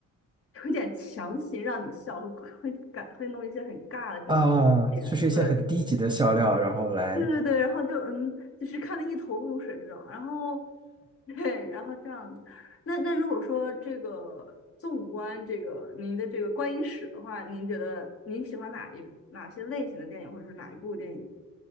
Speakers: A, on the left (about 50°); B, on the right (about 15°).
A: 有点强行让你笑，会会感会弄一些很尬的这种点，
B: 啊，就是一些很低级的笑料，
A: 对，
B: 然后来
A: 对对对，然后就嗯，就是看得一头雾水这种，然后对，然后这样子。那那如果说这个纵观这个您的这个观影史的话，您觉得您喜欢哪一哪些类型的电影，或者是哪一部电影？